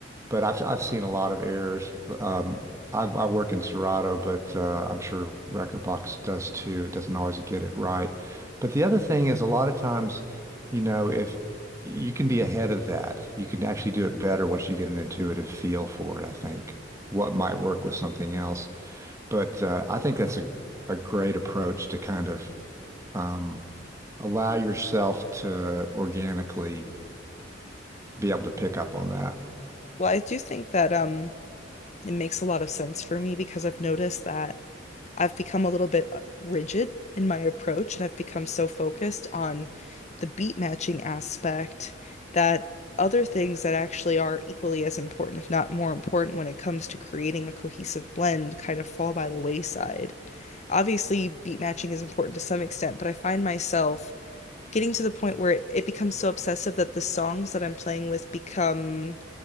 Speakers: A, on the right; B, on the left.
A: but I've I've seen a lot of errors um I, I work in Serato but uh, I'm sure Recordbox does too it doesn't always get it right but the other thing is a lot of times you know if you can be ahead of that you can actually do it better once you get an intuitive feel for it I think what might work with something else but uh, I think that's a, a great approach to kind of um, allow yourself to organically be able to pick up on that.
B: Well, I do think that um it makes a lot of sense for me because I've noticed that I've become a little bit uh, rigid in my approach and I've become so focused on the beat matching aspect that other things that actually are equally as important, if not more important, when it comes to creating a cohesive blend kind of fall by the wayside. Obviously, beat matching is important to some extent, but I find myself getting to the point where it, it becomes so obsessive that the songs that I'm playing with become